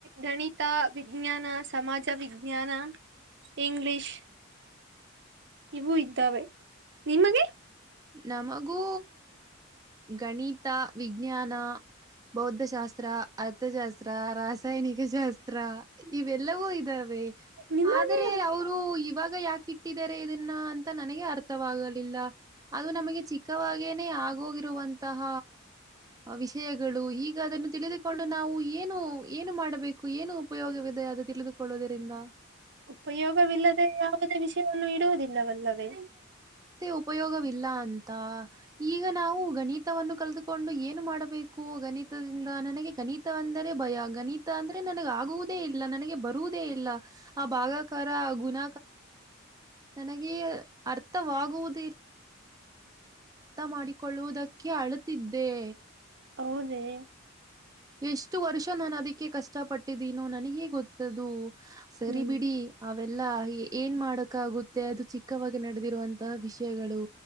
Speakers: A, on the right; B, on the right.
A: ಗಣಿತ ವಿಜ್ಞಾನ ಸಮಾಜ ವಿಜ್ಞಾನ ಇಂಗ್ಲಿಷ್ ಇವು ಇದ್ದಾವೆ ನಿಮಗೆ
B: ನಮಗೂ ಗಣಿತ ವಿಜ್ಞಾನ ಬೌದ್ಧಶಾಸ್ತ್ರ ಶಾಸ್ತ್ರ ರಾಸಾಯನಿಕ ಶಾಸ್ತ್ರ. ಹ ಇವೆಲ್ಲವೂ ಇದಾವೆ
A: ನಿಮಗೆ
B: ಆದರೆ ಅವರು ಇವಾಗ ಯಾಕ. ಇಟ್ಟಿದಿದ್ದಾರೆ ಇದನ್ನ ಅಂತ ನನಗೆ ಅರ್ಥವಾಗಲ್ಲ. ಇಲ್ಲ. ಅದು ನಮಗೆ ಚಿಕ್ಕವಾಗೇನೆೇ ಆಗೋಗಿ. ಇರುವಂತಹ ವಿಷಯಗಳು ಈಗ ಅದನ್ನು ತಿಳಿದುಕೊಂಡು ನಾವು ಏನು ಏನು ಮಾಡಬೇಕು ಏನು ಉಪಯೋಗವಿದೆ ಅ ಆದ ತಿಳಿದು ತಿಳಿದುಕೊಳ್ಳುವುದರಿಂದ
A: ಉಪಯೋಗವಿಲ್ಲದೆ ಯಾವುದೇ ವಿಷಯವನ್ನು ಇಡುವುದಿಲ್ಲವಲ್ಲವೇ
B: ಉಪಯೋಗವಿಲ್ಲಾ ಅಂತ ಈಗ ನಾವು ಗಣಿತವನ್ನು ಕಲ್ದುಕೊಂಡು ಏನು ಮಾಡಬೇಕು ಗಣಿತದಿಂದ ನನಗೆ ಗಣಿತವೆಂದರೆ ಭಯ ಆ ಗಣಿತ ಅಂದ್ರೆ ನನಗೆ ಆಗುವುದೇ ಇಲ್ಲ ನನಗೆ ಬರುವುದೇ ಇಲ್ಲ ಆ ಭಾಗಕಾರ ಗುಣ ನನಗೆ ಅರ್ಥವಾಗುವುದು ಮಾಡಿಕೊಳ್ಳುವುದಕ್ಕೆ ಅಳುತ್ತಿದ್ದೆ
A: ಹೌದೇ
B: ಎಷ್ಟು ವರ್ಷ ನಾನು ಅದಿಕ್ಕೆ ಕಷ್ಟ ಪಟ್ಟಿದ್ದೀನೋ ನನಗೇ ಗೊತ್ತದು ಸರಿ
A: ಹ್ಮ್
B: ಬಿಡಿ ಲ್ಲಾ ಏನ್ ಮಾಡಕ ಆಗುತ್ತೆ ಅದು ಚಿಕ್ಕವಾಗಿ ನಡೆದಿರುವಂತಹ ವಿಷಯಗಳು